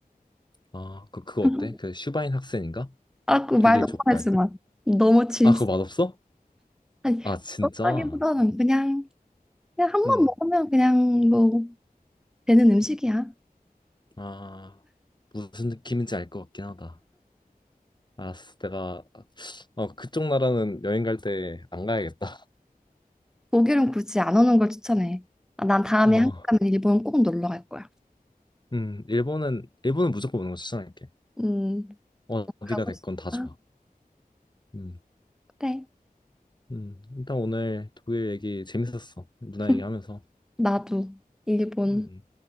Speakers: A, on the left (about 30°); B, in the centre.
A: 아, 그, 그거
B: <laughs>
A: 어때? 그 슈바인 학생인가?
B: 아, 그 말도
A: 독일 족발.
B: 뻔했지만 너무 질색.
A: 아, 그거 맛없어?
B: 아니
A: 아, 진짜?
B: 그렇다기보다는 그냥. 그냥 한
A: 음.
B: 번 먹으면 그냥 뭐 되는 음식이야.
A: 아, 무슨 느낌인지 알 것 같긴 하다. 알았어. 내가, 어, 그쪽 나라는 여행 갈 때 안 가야겠다.
B: 독일은 굳이 안 오는 걸 추천해. 아, 난
A: <laughs>
B: 다음에
A: 어,
B: 한국 가면 일본 꼭 놀러 갈 거야.
A: 음, 일본은, 일본은 무조건 오는 거 추천할게.
B: 음,
A: 어,
B: 너
A: 어디가
B: 가고
A: 됐건
B: 싶다.
A: 다 좋아. 음,
B: 그래.
A: 음. 일단 오늘 독일 얘기 재밌었어. 누나
B: <laughs>
A: 얘기하면서.
B: 나도 일본.
A: 음.